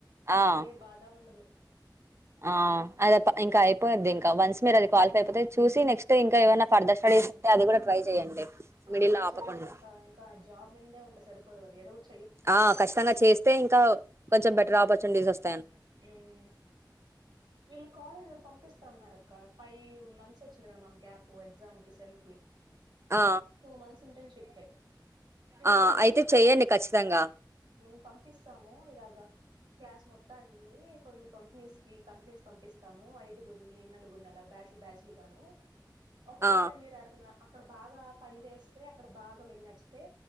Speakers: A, on the right; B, on the right.
A: ఆ
B: ఏ బాధ ఉండదు
A: ఆ అదత
B: ఉమ్
A: ఇంకా అయిపోయిద్ది ఇంకా వన్స్ మీరు అది క్వాలిఫై అయితే చూసి నెక్స్ట్ ఇంకా ఏమన ఫర్థెర్ స్టడీస్ ఉంటే అది కూడా ట్రై చేయండి
B: ఆ
A: మిడిల్ ఆపకుండా
B: చెయ్యాలక్క ఇంకా జాబ్ మీందే ఉంటే సరిపోదు కదా ఏదో ఒక
A: ఆ ఖచ్చితంగా చేస్తే ఇంకా కొంచెం బెటర్ ఆపర్చునిటీస్ వస్త
B: ఉమ్ వీళ్ళు కాలేజోళ్ళు పంపిస్ తంన్నారు అక్క ఫైవ్ మంత్స్ వచ్చింది కదా మాకు గ్యాప్ ఎగ్జామ్ కి సెమ్ కి
A: ఆ
B: టూ మంత్స్ ఇంటర్నషిప్పే ప్రిన్సిపల్
A: ఆ
B: సార్
A: అయితే
B: చెప్పారు
A: చెయ్యండి ఖచ్చితంగా
B: ఉమ్ పంపిస్తాము ఇలాగా క్లాస్ మొ త్తాన్ని కొన్ని కంపెనీస్ కి కంపెనీస్ క పంపిస్తాము ఐదుగురిని నాలుగురిని అలా బ్యాచ్లు బ్యాచ్లు గా హలో ఒకవేళ
A: ఆ
B: మీరు అడుగన అక్కడ బాగా పని చేస్తే అక్కడ బాగా మీరు నచ్చితే